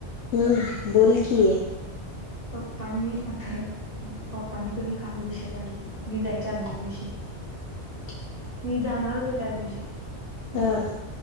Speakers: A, on the left; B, on the left.
A: हम बोल की
B: पप्पांनी अथर पप्पानी कणी काल विषय काढलेला मी जायचे आदल्या दिवशी
A: ह <inaudible>
B: मी जाणार होतो त्याच दिवशी.
A: ह
B: दुपारी